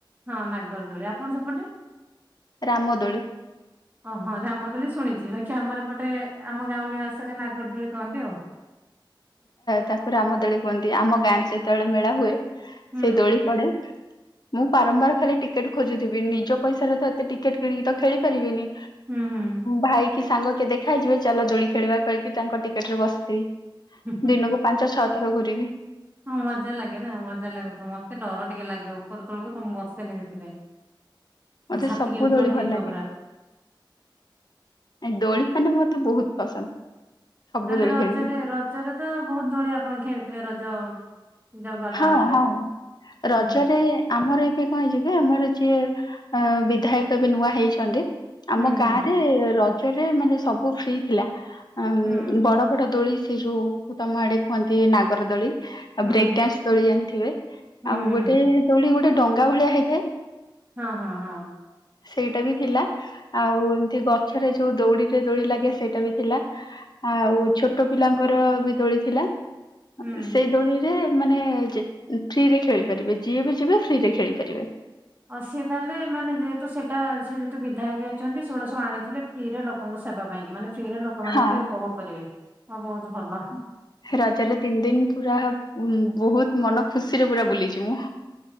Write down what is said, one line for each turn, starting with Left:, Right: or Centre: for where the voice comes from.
Right: ହଁ ନାଗର ଦୋଳି ଆପଣ ସେପଟେ?
Left: ରାମଦୋଳି।
Right: ଓହୋ ରାମଦୋଳି ଶୁଣିଛି ବା। କି ଆମର ଏପଟେ ଆମ ଗାଉଁଲି ଭାଷାରେ ନାଗରଦୋଳି କହନ୍ତି ଆଉ।
Left: ତାକୁ ରାମ ଦୋଳି କୁହନ୍ତି ଆମ ଗାଁରେ ଯେତେବେଳେ ମେଳା ହୁଏ
Right: ହୁଁ
Left: ସେଇ ଦୋଳି ପଡେ। ମୁଁ ବାରମ୍ବାର ଖାଲି ଟିକେଟ ଖୋଜୁଥିବି ନିଜ ପଇସାରେ ତ ଏତେ ଟିକେଟ କିଣିକି ତ ଖେଳି ପାରିବିନି।
Right: ହୁଁ ହୁଁ।
Left: ଭାଇ କି ସାଙ୍ଗ କିଏ ଦେଖା ହେଇଯିବେ ଚାଲ ଦୋଳି ଖେଳିବା କହିକି ତାଙ୍କ ଟିକେଟ ରେ ବସିଥିବି।
Right: ହୁଁ।
Left: ଦିନକୁ ପାଞ୍ଚ ଛଅ ଥର ଘୁରିବି।
Right: ହଁ ମଜା ଲାଗେ ନା ମଜା ଲାଗୁ ତ ମତେ ଡର ଟିକେ ଲାଗେ ଉପର ତଳକୁ ତ ମୁଁ ବସେନି ସେଥିପାଇଁ।
Left: ମତେ
Right: ମୋ ଛାତି
Left: ସବୁ
Right: କେମିତି
Left: ଦୋଳି
Right: ଗୋଟେ
Left: ଭଲ
Right: ହେଇଯିବ
Left: ଲାଗେ।
Right: ପୁରା
Left: ଏ ଦୋଳି <unintelligible> ମତେ ବହୁତ ପସନ୍ଦ। ସବୁ
Right: ତାହେଲେ
Left: ଦୋଳି
Right: ରଜରେ
Left: ଖେଳିବି।
Right: ରଜରେ ତ ବହୁତ ଦୋଳି ଆପଣ ଖେଳିଥିବେ ରଜ ଯୋଉ ଗଲା
Left: ହଁ
Right: ଏବେ
Left: ହଁ ରଜରେ
Right: ହୁଁ
Left: ଆମର ଏବେ କଣ ହେଇଛି କି ଆମର ଯିଏ ଅ ବିଧାୟକ ଏବେ ନୂଆ ହେଇଛନ୍ତି।
Right: ହୁଁ
Left: ଆମ
Right: ହୁଁ
Left: ଗାଁ ରେ ରଜରେ ମାନେ ସବୁ ଫ୍ରି ଥିଲା।
Right: ହୁଁ
Left: ଉଁ ବଡ଼ ବଡ଼ ଦୋଳି ସେ ଯୋଉ ତମ ଆଡ଼େ କୁହନ୍ତି ନାଗର ଦୋଳି। ଆ
Right: ହୁଁ
Left: ବ୍ରେକ୍ ଡାନ୍ସ ଦୋଳି ଜାଣିଥିବେ
Right: ହୁଁ
Left: ଆଉ
Right: ହୁଁ
Left: ଗୋଟେ ଦୋଳି ଗୋଟେ ଡଙ୍ଗା ଭଳିଆ ହେଇଥାଏ।
Right: ହଁ ହଁ ହଁ।
Left: ସେଇଟା ବି ଥିଲା। ଆଉ ଏମିତି ଗଛରେ ଯୋଉ ଦଉଡ଼ିର ଦୋଳି ଲାଗେ ସେଇଟା ବି ଥିଲା। ଆଉ ଛୋଟ ପିଲାଙ୍କର ବି ଦୋଳି ଥିଲା
Right: ହୁଁ।
Left: ସେଇ ଦୋଳିରେ ମାନେ ଯେ ଫ୍ରିରେ ଖେଳିପାରିବେ ଯିଏ ବି ଯିବେ ଫ୍ରି ରେ ଖେଳିପାରିବେ।
Right: ଆଉ ସିଏ ତାହେଲେ ମାନେ ଯେହେତୁ ସେଟା ସେ ଯେହେତୁ ସେଟା ସିଏ ଯେହେତୁ ବିଧାୟକ ହେଇଛନ୍ତି ସେଗୁଡ଼ା ସବୁ ଆଣିଥିଲେ। ଫିରେ ଲୋକଙ୍କ ସେବା ପାଇଁ କି ମାନେ ଫ୍ରିରେ ଲୋକମାନେ
Left: ହଁ
Right: ଏଠି ଉପଭୋଗ କରିବେ ଆଉ ବହୁତ ଭଲ।
Left: ରାଜରେ ତିନି ଦିନ ପୁରା ବହୁତ ମନ ଖୁସିରେ ପୁରା ବୁଲିଛି ମୁଁ।